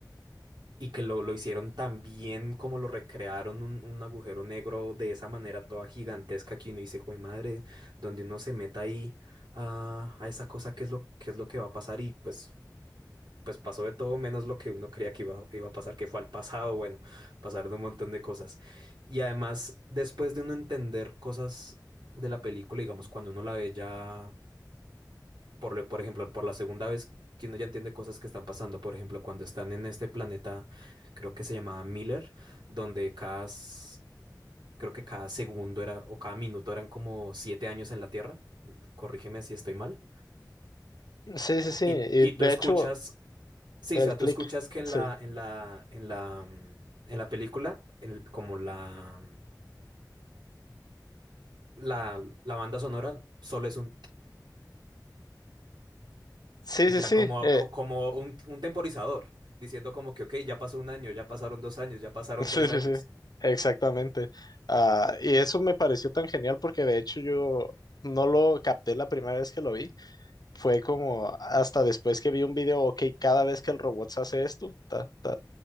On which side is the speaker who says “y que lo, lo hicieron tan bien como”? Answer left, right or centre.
Right